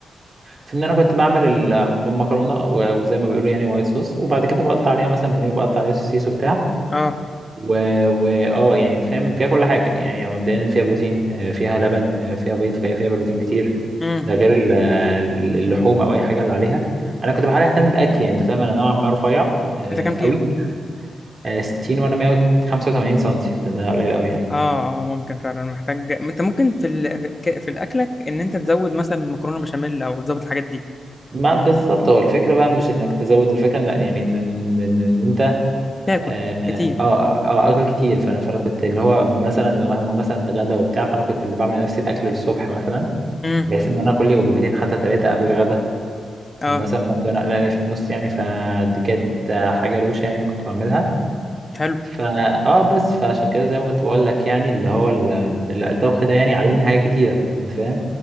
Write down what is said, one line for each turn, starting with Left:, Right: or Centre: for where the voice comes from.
Right: في ان انا كنت بعمل المكرونة و- وزي ما بيقولوا يعني وايت صوص وبعد كده بقطع عليها مثلا بانيه بقطع عليها سوسيس وبتاع
Left: اه
Right: و... و... اه يعني انت فاهم فيها كل حاجة يعني مبدئيا فيها بروتين آه، فيها لبن آه، فيها بيض فهي فيها بروتين كتير
Left: امم
Right: ده غير ال- اللحوم او اي حاجة اللي عليها انا كنت بحاول اهتم باكلي يعني، انت فاهم انا نوعا ما رفيع آه،
Left: انت كام كيلو
Right: قوي آه، 60 وانا 185 سم فده قليل قوي يعني
Left: اه اه ممكن فعلا محتاج انت ممكن في ال... في ك- في الاكلك ان انت تزود مثلا مكرونه بشاميل او تزود الحاجات دي
Right: ما بالظبط هو الفكرة بقى مش انك تزود الفكرة ان يعني ان ان, إن, إن انت
Left: تاكل
Right: اه اه
Left: كتير
Right: آه، آه، اكل كتير فانا فانا كنت اللي هو مثلا لو هما مثلا غدا وبتاع فانا كنت اللي بعمل لنفسي الاكل الصبح مثلا
Left: امم
Right: بحيث ان انا اكل لي وجبتين حتى ثلاثة قبل الغدا
Left: اه
Right: ومثلا برضه انا قلقاني في النص يعني فدي كانت آه، حاجة روشة يعني كنت بعملها
Left: حلو
Right: فا اه بس فعشان كده زي ما كنت بقول لك يعني اللي هو ال- ال- الطبخ ده يعني علمني حاجات كتيرة انت فاهم؟